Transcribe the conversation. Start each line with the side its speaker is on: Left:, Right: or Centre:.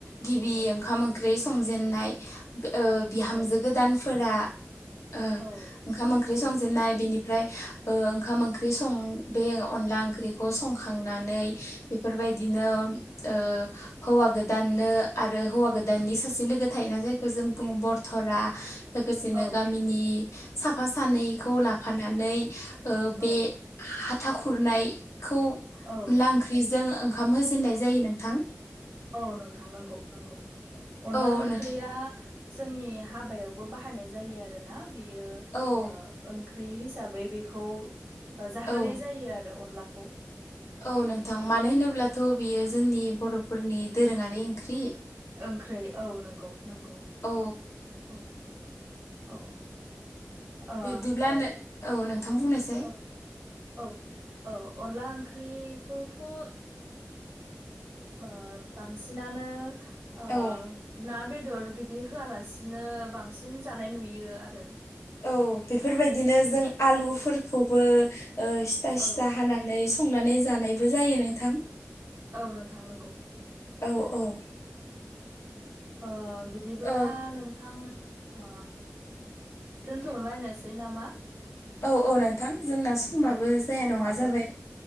Left: गिबि
Right: औ
Left: ओंखाम ओंख्रि संजेेननाय ओ बिहामजो
Right: औ
Left: गोदानफोरा ओ
Right: औ
Left: ओंखाम ओंख्रि संजेन्नाय
Right: औ
Left: बिनि ओमफ्राय ओ ओंखाम ओंख्रि सं बे अनला ओंख्रिखौ संखांनानै बेफोरबायदिनो ओ हौवा गोदाननो आरो हौवा गोदाननि सासे लोगो थायोना जायखौ जों बुङो बरथरा। लोगोसेनो
Right: औ
Left: गामिनि साफा सानैखौ लाफानानै ओ
Right: औ
Left: बे हाथा खुरनायखौ
Right: औ
Left: अनला ओंख्रिजों ओंखाम होजेनन्नाय जायो नोंथां।
Right: औ नोंथां नंगौ नंगौ। अनला
Left: औ
Right: ओंख्रिया
Left: नोंथां
Right: जोंनि हाबायावबो बाहायनाय जायो आरोना बेयो
Left: औ
Right: ओ ओंख्रि हिसाबै बेखौ जाहोनाय
Left: औ
Right: जायो आरो अनलाखौ।
Left: औ नोंथां
Right: औ
Left: मानो होनोब्लाथ' बियो जोंनि बर'फोरनि दोरोङारि ओंख्रि।
Right: ओंख्रै औ नंगौ नंगौ
Left: औ
Right: औ। औ। ओ
Left: बिबदिब्ला औ नोंथां बुंनायसाय।
Right: औ औ औ अनला ओंख्रिखौथ'ओ ओ बांसिनानो ओ
Left: औ
Right: ना बेदर बिदि होआलासे नो बांसिन जानाय नुयो आरो।
Left: औ बेफोरबायदिनो जों आलुफोरखौबो सिथा
Right: औ
Left: सिथा हानानै संनानै जानायबो जायो नोंथां
Right: औ नोंथां नंगौ
Left: औ औ। <inaudible>
Right: ओ बिदिबोब्ला
Left: औ
Right: नोंथां ओ दोन्थ'नोलायनोसै नामा?
Left: औ औ नोंथां जोंना समाबो
Right: औ
Left: जाया
Right: समाबो
Left: नङा जाबाय